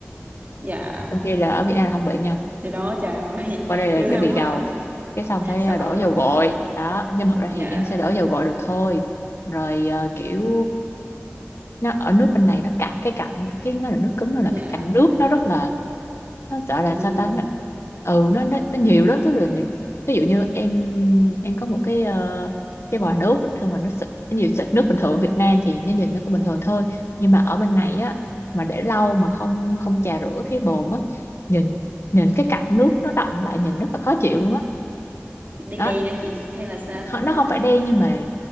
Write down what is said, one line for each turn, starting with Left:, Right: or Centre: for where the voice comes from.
Right: dạ
Left: trong khi là ở Việt Nam là không bị nha
Right: thì đó trời ơi
Left: qua đây
Right: <laughs>
Left: là
Right: ghê
Left: phải bị
Right: quá
Left: gầu
Right: <laughs>
Left: cái xong phải
Right: sợ
Left: ờ, đổ dầu
Right: luôn
Left: gội đó nhưng mà thật ra
Right: dạ
Left: thì em sẽ đổ dầu gội được thôi rồi ờ, kiểu nó ở nước bên này nó cạn cái cặn cái nó là nước cứng nó là
Right: dạ
Left: cái cặn nước nó rất là nó sợ là
Right: nhiều
Left: sao ta nó, ừ nó, nó nó nhiều lắm tức là nhìn ví dụ như em em có một cái ờ, cái vòi nước xong mà nó xịt nhiều xịt nước bình thường ở Việt Nam thì nó nhìn nó cũng bình thường thôi nhưng mà ở bên này á mà để lâu mà không không chà rửa cái bồn á nhìn nhìn cái cặn nước nó đọng lại nhìn rất là khó chịu luôn á
Right: đen
Left: đó.
Right: đen á chị hay là sao
Left: nó nó không phải đen nhưng mà